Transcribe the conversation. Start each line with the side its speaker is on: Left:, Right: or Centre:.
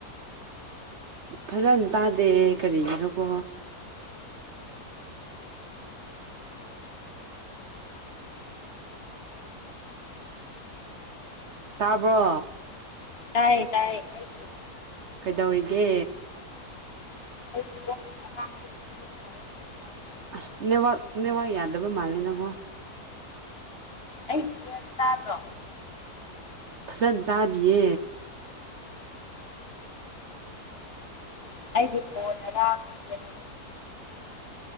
Right: ꯐꯖꯅ ꯇꯥꯗꯦ ꯀꯔꯤꯒꯤꯅꯣꯀꯣ ꯇꯥꯕ꯭ꯔꯣ
Left: ꯇꯥꯏ ꯇꯥꯏ ꯍꯥꯏ
Right: ꯀꯩꯗꯧꯔꯤꯒꯦ
Left: <inaudible>
Right: ꯑꯁ ꯅꯕꯥꯛ ꯅꯕꯥꯛ ꯌꯥꯗꯕ ꯃꯥꯜꯅꯤ ꯅꯀꯣ
Left: ꯑꯩ ꯦꯟ ꯇꯥꯕ꯭ꯔꯣ
Right: ꯁꯟ ꯇꯥꯗꯦ
Left: ꯑꯩꯗꯤ ꯐꯣꯟ ꯑꯔꯉꯦꯀꯣ